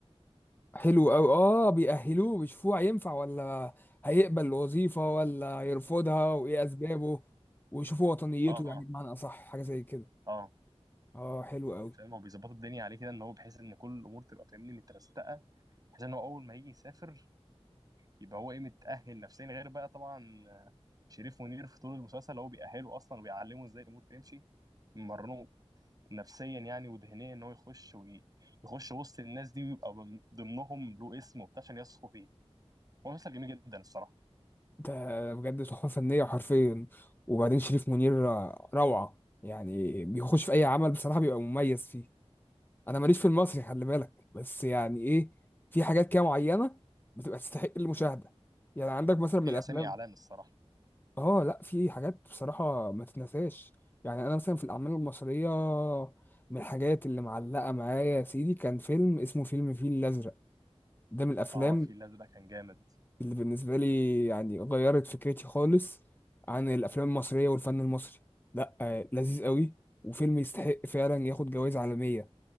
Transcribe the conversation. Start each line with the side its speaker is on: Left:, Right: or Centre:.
Left: حلو قوي اه بيأهلوه بيشوفوه هينفع ولا هيقبل الوظيفة ولا هيرفضها وايه اسبابه ويشوفوا وطنيته
Right: اه
Left: يعني بمعنى اصح حاجة زي كده
Right: اه
Left: اه حلو قوي
Right: فاهم هو بيظبطوا الدنيا عليه كده ان هو بحيث ان كل الامور تبقى فاهمني مترستقه بحيث ان هو اول ما يجي يسافر يبقى هو ايه متاهل نفسيا غير بقى طبعا آه، شريف منير في طول المسلسل هو بيأهله اصلا وبيعلمه ازاي الامور تمشي مرنه نفسيا يعني وذهنيا ان هو يخش ويخش وسط الناس دي ويبقى من ضمنهم له اسم وبتاع عشان يثقوا فيه هو مسلسل جميل جدا الصراحه
Left: ده بجد تحفة فنية حرفيا وبعدين شريف منير روعة يعني بيخش في اي عمل بصراحة بيبقى مميز فيه انا ماليش في المصري خلي بالك بس يعني ايه في حاجات كده معينة بتبقى تستحق المشاهدة يعني عندك مثلا من
Right: في
Left: الافلام
Right: اسامي اعلان الصراحه
Left: اه لا في حاجات بصراحة ما تتنساش يعني انا مثلا في الاعمال المصرية من الحاجات اللي معلقة معايا يا سيدي كان فيلم اسمه فيلم الفيل الازرق ده من الافلام
Right: اه في الازرق كان جامد
Left: اللي بالنسبة لي يعني غيرت فكرتي خالص عن الافلام المصرية والفن المصري لا آه، لذيذ قوي وفيلم يستحق فعلا ياخد جوائز عالمية